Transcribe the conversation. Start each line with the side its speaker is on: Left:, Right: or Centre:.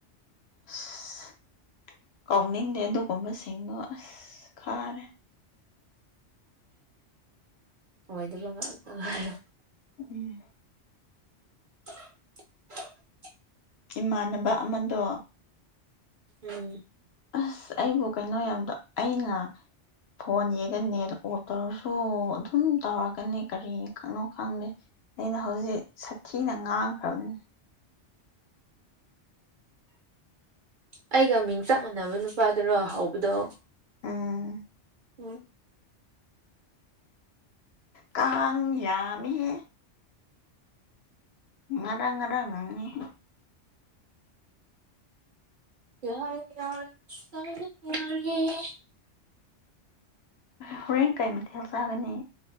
Left: ꯑꯁ ꯀꯥꯎꯅꯤꯡꯗꯦ ꯑꯗꯨꯒꯨꯝꯕꯁꯤꯡꯗꯣ ꯑꯁ ꯈꯥꯔꯦ
Right: ꯑꯣꯏꯗꯥꯕ ꯉꯥꯛꯇ ꯉꯥꯏꯔꯦ
Left: ꯎꯝ
Right: <unintelligible>
Left: ꯏꯃꯥꯟꯅꯕ ꯑꯃꯗꯣ
Right: ꯎꯝ
Left: ꯑꯁ ꯑꯩꯕꯨ ꯀꯩꯅꯣ ꯌꯥꯝꯗꯣ ꯑꯩꯅ ꯐꯣꯟ ꯅꯦꯠ ꯑꯣꯐ ꯇꯧꯔꯁꯨ ꯑꯗꯨꯝ ꯇꯧꯔꯛꯀꯅꯤ ꯀꯔꯤꯅꯣ ꯈꯪꯗꯦ ꯑꯩꯅ ꯍꯧꯖꯤꯛ ꯁꯥꯊꯤꯅ ꯉꯥꯡꯈ꯭ꯔꯕꯅꯤ
Right: ꯑꯩꯒ ꯃꯤꯡ ꯆꯞ ꯃꯥꯟꯅꯕ ꯅꯨꯄꯥꯗꯨꯔꯣ ꯍꯧꯕꯗꯣ
Left: ꯎꯝ
Right: ꯎꯝ
Left: ꯀꯥꯡꯌꯥꯃꯤꯍꯦ ꯉꯥꯔꯪꯡ ꯉꯥꯔꯪꯡ ꯉꯪꯉꯤꯍꯦ
Right: ꯍꯥꯔꯦ ꯌꯥꯔꯦ ꯏꯁꯥꯅꯥ ꯌꯥꯔꯦ
Left: ꯍꯣꯔꯦꯟ ꯀꯩ ꯃꯊꯦꯜ ꯆꯥꯒꯅꯤ